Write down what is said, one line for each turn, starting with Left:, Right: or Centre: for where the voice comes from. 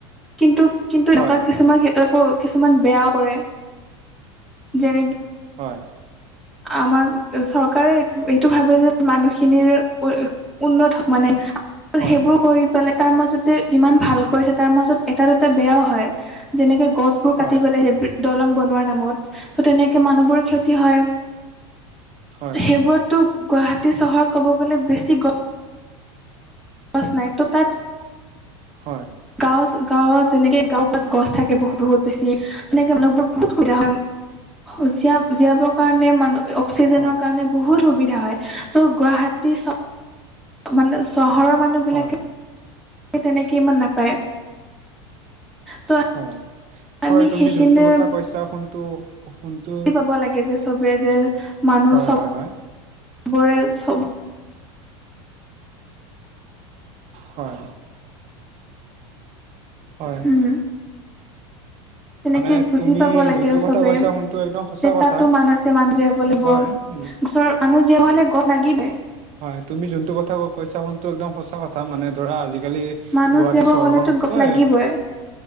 Centre: কিন্তু, কিন্তু এনেকুৱা
Right: হয়
Centre: কিছুমান ক্ষেত্ৰত কিছুমান বেয়া কৰে। যেনে
Right: হয়।
Centre: আমাৰ চৰকাৰে এইটো ভাবে যে মানুহখিনিৰ উ-উন্নত মানে
Right: হয় হয়
Centre: সেইবোৰ
Right: হয়
Centre: কৰি পেলাই তাৰ মাজতে যিমান ভাল কৰিছে তাৰ মাজত এটা দুটা বেয়াও হয়। যেনেকৈ গছবোৰ
Right: হয়
Centre: কাটি পেলাই সেই দলং বনোৱাৰ নামত ত' তেনেকে মানুহবোৰৰ ক্ষ হয়।
Right: হয় হয়
Centre: সেইবোৰ
Right: হয় হয়
Centre: ত' গুৱাহাটী চহৰত ক'ব গ'লে বেছি গ গছ নাই তো তাত
Right: হয়।
Centre: গাঁও গাঁৱত যেনেক গাঁওত গছ থাকে বহুত, বহুত বেছি। তেনেকে মানুহবোৰ বহুত স-সুবিধা হয়। জীয়া-জীয়াবৰ কাৰণে মানু অক্সিজেনৰ
Right: হয়
Centre: কাৰণে বহুত সুবিধা হয়। ত' গুৱাহাটী চ' মানে চহৰৰ মানুহ বিলাকে
Right: হয়
Centre: সে তেনেকে ইমান নাপায়। ত'
Right: হয়, হয়
Centre: আমি
Right: তুমি
Centre: সেইখিনি
Right: যোনটো কথা কৈছা সোনটো, সোনটো
Centre: ব' লাগে যে চবে যে মানুহ
Right: হয়
Centre: চবৰে
Right: হয় হয়
Centre: চব
Right: হয়। হয়।
Centre: উম তেনেকে
Right: মানে
Centre: বুজি
Right: তুমি
Centre: পাব লাগে
Right: যোনটো
Centre: অ'
Right: কথা
Centre: চবে
Right: কৈছা সোনটো একদম সঁচা
Centre: যে
Right: কথা
Centre: তাতো মানুহ আছে <unintelligible> জীয়াব লাগিব।
Right: হয় উম,
Centre: ওচৰৰ মানুহ জীয়াব হলে গ' লাগিবই।
Right: হয় তুমি যোনটো কথা ক-কৈছা ফোনটো একদম সঁচা কথা মানে ধৰা আজিকালি
Centre: মানুহ
Right: গুৱাহাটী
Centre: জীয়াব
Right: চহৰখনতকৈ
Centre: হলেতো গছ লাগিবই